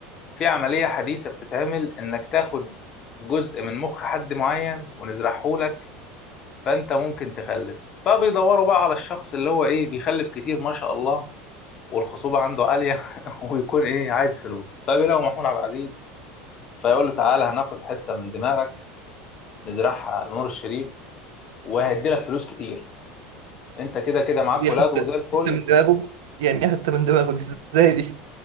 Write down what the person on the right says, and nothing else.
هي
حته
حته من دماغه يعني إيه حته من دماغه دي ازاي دي